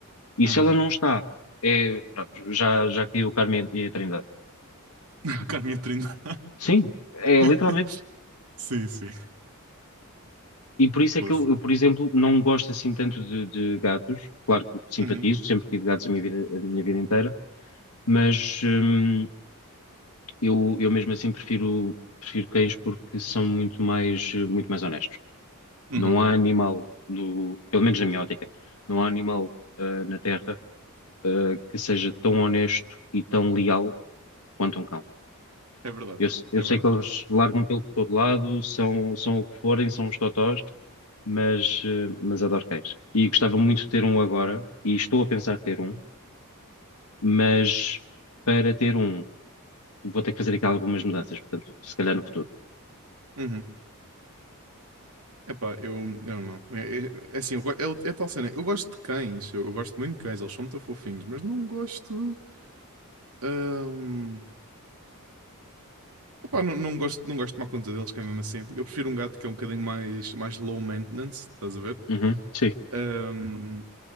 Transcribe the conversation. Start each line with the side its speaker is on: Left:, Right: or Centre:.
Left: E
Right: Uhum.
Left: se ela não está, é, pronto, já, já caiu o Carmen e a Trindade.
Right: <laughs> Carne a trinta.
Left: Sim. É
Right: <laughs>
Left: literalmente
Right: Sim, sim.
Left: E por isso
Right: Posso.
Left: é que eu, eu, por exemplo, não gosto assim tanto de, de gatos. Claro que simpatizo,
Right: Uhum.
Left: sempre tive gatos a minha vida, a minha vida inteira, mas hum, eu, eu mesmo assim prefiro, prefiro cães porque são muito mais, eh, muito mais honestos.
Right: Uhum.
Left: Não há animal, no, pelo menos na minha ótica, não há animal ah, na Terra ah, que seja tão honesto e tão leal quanto um cão.
Right: É verdade.
Left: Eu, eu
Right: É
Left: sei
Right: verdade.
Left: que eles largam pelo por todo lado, são, são o que forem, são os totós, mas, eh, mas adoro cães. E gostava muito de ter um agora, e estou a pensar ter um, mas para ter um, vou ter que fazer aqui algumas mudanças, portanto, se calhar no futuro.
Right: Uhum. Epá, eu, eu não. É, é- é assim, eu, go- é, é tal cena. Eu gosto de cães, eu, eu gosto muito de cães, eles são muito fofinhos, mas não gosto. hum, epá, não, não gosto, não gosto de tomar conta deles, que é mesmo assim. Eu prefiro um gato que é um bocadinho mais, mais low maintenance, estás a ver?
Left: Uhum, sim,
Right: Hum, Uhum.